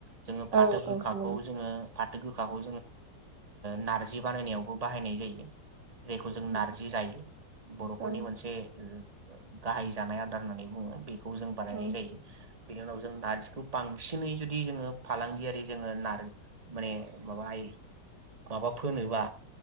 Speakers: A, on the right; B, on the right.
A: जोङो
B: औ
A: फाथो
B: औ
A: गोखाखौ
B: नंगौ
A: जोङो फाथो गोखा जों ओ नार्जि बानायनायावबो बाहायनाय जायो। जेखौ जों
B: औ
A: नारजि जायो बर'फोरनि
B: औ
A: मोनसे ओम गाहाय जानाय आदार होननानै बुङो बे बेखौ जों बानायनाय
B: औ
A: जायो। बेनि उनाव जों नार्जिखौ बांसिनै जुदि जोङो फालांगियारि जोङो नारजि माने माबाहाय माबा फोनोबा